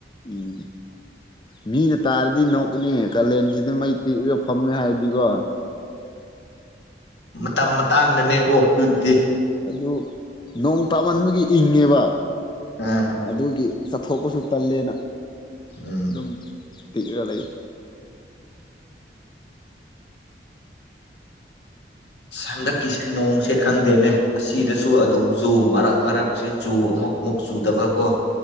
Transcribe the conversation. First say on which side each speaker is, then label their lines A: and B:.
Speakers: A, on the left; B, on the left.
A: ꯎꯝ ꯃꯤꯅ ꯇꯥꯔꯗꯤ ꯅꯣꯛꯀꯅꯤ ꯀꯥꯂꯦꯟꯁꯤꯗ ꯃꯩ ꯇꯤꯛꯑꯒ ꯐꯝꯃꯦ ꯍꯥꯏꯔꯗꯤꯀꯣ
B: ꯃꯇꯝ ꯃꯇꯥꯡꯅꯅꯦꯀꯣ ꯑꯗꯨꯗꯤ
A: ꯑꯗꯨ ꯅꯣꯡ ꯇꯥꯃꯟꯕꯒꯤ ꯏꯪꯉꯦꯕ
B: ꯑꯥ
A: ꯑꯗꯨꯒꯤ ꯊꯣꯛꯄꯁꯨ ꯇꯜꯂꯦꯅ
B: ꯎꯝ
A: ꯑꯗꯨꯝ ꯇꯤꯛꯑꯒ ꯂꯩ
B: ꯍꯟꯗꯛꯀꯤꯁꯦ ꯅꯣꯡꯁꯦ ꯈꯪꯗꯦꯅꯦ ꯑꯁꯤꯗꯁꯨ ꯑꯗꯨꯝ ꯆꯨ ꯃꯔꯛ ꯃꯔꯛꯁꯤ ꯆꯨ ꯑꯃꯨꯛ ꯃꯨꯛ ꯆꯨꯗꯕꯀꯣ